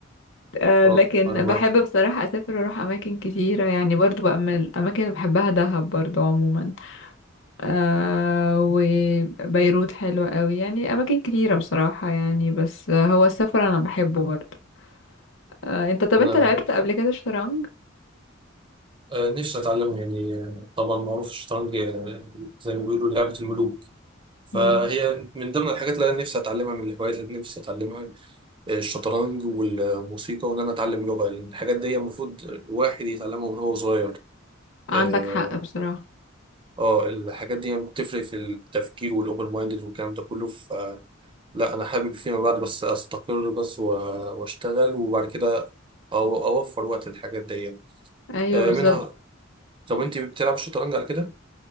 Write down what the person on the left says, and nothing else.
آه
لكن
بحب بصراحة أسافر وأروح أماكن كتيرة يعني برضو بقى من الأماكن اللي بحبها دهب برضو عموما آه وبيروت حلوة قوي يعني أماكن كتيرة بصراحة يعني بس آه، هو السفر أنا بحبه برضو آه أنت طب
أنت لعبت قبل كده شطرنج؟
مم.
عندك
حق بصراحة
أيوه
بالظبط